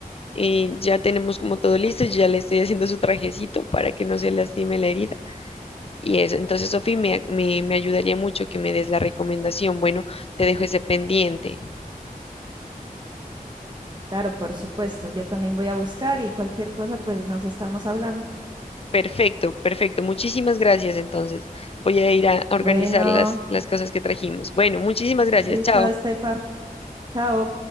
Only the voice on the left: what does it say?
Eh, ya tenemos como todo listo, ya le estoy haciendo su trajecito para que no se lastime la herida. Y eso, entonces, Sofi, me, me me ayudaría mucho que me des la recomendación. Bueno, te dejo ese pendiente.
Perfecto, perfecto. Muchísimas gracias entonces. Voy a ir a organizar
las, las cosas que trajimos. Bueno, muchísimas gracias.
Chao.